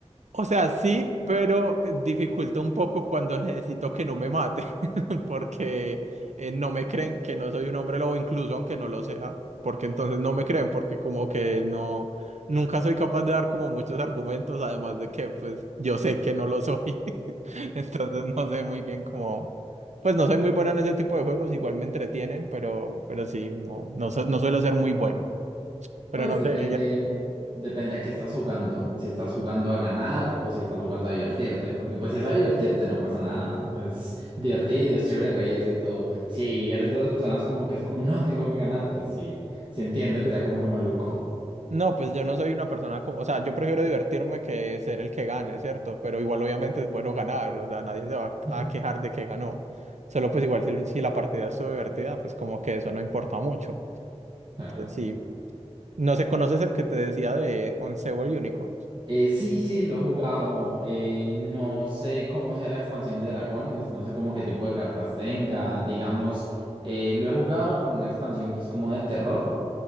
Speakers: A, on the right; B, on the right.
A: O sea, sí, pero eh, dificulta un poco cuando necesito que no me mate, <laughs> porque eh, no me creen que no soy un hombre lobo, incluso aunque no lo sea, porque entonces no me creen, porque como que no, nunca soy capaz de dar como muchos argumentos, además de que pues yo sé que no lo soy, <laughs> entonces no sé muy bien cómo, pues no soy muy bueno en ese tipo de juegos, igual me entretienen, pero, pero sí, no, no, su- no suelo ser muy bueno, pero
B: Pues
A: no
B: depende,
A: sé,
B: depende a qué estás jugando. Si estás jugando a ganar o si estás jugando a divertirte, porque pues si es a divertirte no pasa nada. Es divertido, es chévere reírse y todo. Si eres de las personas como que es como, no, tengo que ganar, pues sí, sí entiendo que sea como que maluco.
A: No, pues yo no soy una persona como, o sea, yo prefiero divertirme que ser el que gane, ¿cierto? Pero igual obviamente es bueno ganar, o sea, nadie se va
B: <laughs>
A: a quejar de que ganó. Solo pues igual si, si la partida estuvo divertida, pues como que eso no importa mucho.
B: Claro.
A: Entonces sí, no sé, ¿conoces el que te decía de Once Unicorns?
B: Eh, sí, sí, lo he jugado. Eh, no sé cómo sea la expansión de dragones, no sé cómo qué tipo de cartas tenga. Digamos, eh, lo he jugado con una expansión que es como de terror.